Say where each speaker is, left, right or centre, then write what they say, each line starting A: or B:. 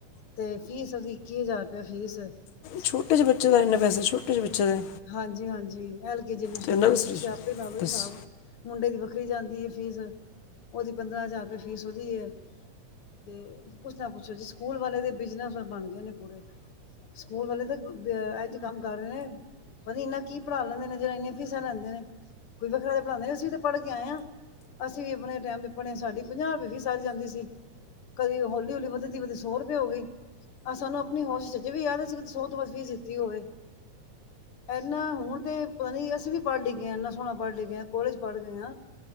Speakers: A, on the left; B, on the left.
A: ਤੇ ਫੀਸ ਓਦੀ ਇੱਕੀ ਹਜ਼ਾਰ ਰੁਪਇਆ ਫੀਸ ਐ।
B: ਛੋਟੇ ਜੇ ਬੱਚੇ ਦਾ ਐਨੇ ਪੈਸੇ ਛੋਟੇ ਜੇ ਬੱਚੇ ਦੇ।
A: ਹਾਂਜੀ-ਹਾਂਜੀ, ਐਲ ਕੇ ਜੀ ਅਡਮਿਸ਼ਨ
B: ਤੇ ਇਹਨਾਂ
A: ਦਾ
B: ਸਰੀਰ
A: ਤੁਸੀਂ ਆਪੇ ਲਾ ਲਓ ਹਿਸਾਬ।
B: ਬਸ
A: ਮੁੰਡੇ ਦੀ ਵੱਖਰੀ ਜਾਂਦੀ ਏ ਫੀਸ ਓਦੀ ਪੰਦਰਾਂ ਹਜ਼ਾਰ ਰੁਪਏ ਫੀਸ ਓਦੀ ਐ। ਤੇ ਕੁਛ ਨਾ ਪੁੱਛੋ ਜੀ ਸਕੂਲ ਵਾਲੇ ਦੇ ਬਿਜਨਸ ਬਣ ਗਏ ਨੇ ਪੂਰੇ। ਸਕੂਲ ਵਾਲੇ ਤਾਂ ਅ ਐਝ ਕੰਮ ਕਰ ਰਹੇ ਨੇ। ਪਤਾ ਏਨਾ ਕੀ ਪੜਾ ਲੈਂਦੇ ਨੇ, ਜਿਹੜਾ ਐਨੀਆਂ ਫੀਸਾਂ ਲੈਂਦੇ ਨੇ ਕੋਈ ਵੱਖਰਾ ਤੇ ਪੜਾਦੇ ਨੀ। ਅਸੀਂ ਵ ਤੇ ਪੜ ਕੇ ਆਏ ਆ। ਅਸੀਂ ਵੀ ਆਪਣੇ ਟੈਮ ਤੇ ਪੜੇ ਆ। ਸਾਡੀ ਪੰਜਾਹ ਰੁਪਏ ਫੀਸ ਸਾਰੀ ਜਾਂਦੀ ਸੀ। ਕਦੀ ਹੌਲੀ-ਹੌਲੀ ਵਧਦੀ ਵਧ ਸੌ ਰੁਪਏ ਹੋ ਗਈ। ਆਹ ਸਾਨੂੰ ਆਪਣੀ ਹੋਸ਼ ਚ ਹਜੇ ਵੀ ਯਾਦ ਆ ਅਸੀ ਕਦੇ ਸੌ ਤੋਂ ਵੱਧ ਫੀਸ ਦਿੱਤੀ ਹੋਵੇ। ਐਨਾ ਹੁਣ ਤੇ ਪਤਾ ਨੀ ਅਸੀਂ ਵੀ ਪੜ-ਲਿਖ ਗਏ ਆ ਐਨਾ ਸੋਹਣਾ ਪੜ-ਲਿਖ ਗਏ ਆ। ਕੋਲੇਜ ਪੜ ਗਏ ਆ।